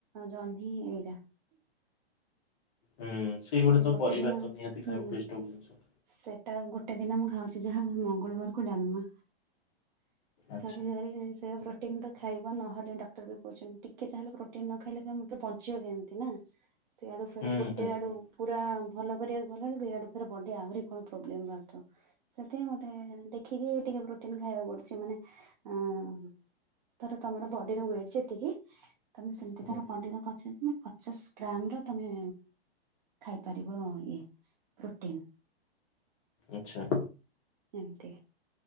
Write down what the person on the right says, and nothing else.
ଜହ୍ନି ଏଇଗୁଡ଼ା।
ଗୋଟେ
ଦିନ
ହୁଁ
ସେଟା ଗୋଟେ ଦିନ ମୁଁ ଖାଉଛି ଯାହା ମଙ୍ଗଳବାରକୁ ଡାଲମା।
ଥରେ ଥରେ ସେୟାବ ରଖ। ପ୍ରୋଟିନ ତ ଖାଇବ ନହେଲେ ଡକ୍ଟର ବି କହୁଛନ୍ତି ଟିକେ ଯାହାହେଲେ ପ୍ରୋଟିନ ନ ଖାଇଲେ ତମେ ବଞ୍ଚିବ ଏମିତି। ସିଆଡୁ ଫିଆଡୁ
ଗୋଟେ
ଆଡୁ।
ପୁରା ଭଲ କରିବାକୁ ଗଲା ବେଳକୁ ଏଆଡୁ ବଡି ଆହୁରି କଣ ପ୍ରୋବ୍ଲେମ ବାହାରୁଥାଉ। ସେଥିପାଇଁ ମତେ ଦେଖିକି ଟିକେ ପ୍ରୋଟିନ୍ ଖାଇବାକୁ ପଡୁଛି ମାନେ ଆଁ। ଧର ତମର ବଡିର ୱେଟ୍ ଯେତିକି। ତମେ ସେମିତି ଧର
ପଡିର ପଚ ପଚାଶ ଗ୍ରାମ ର ତମେ। ଖାଇପାରିବ ଇଏ ପ୍ରୋଟିନ୍।
ଏମିତି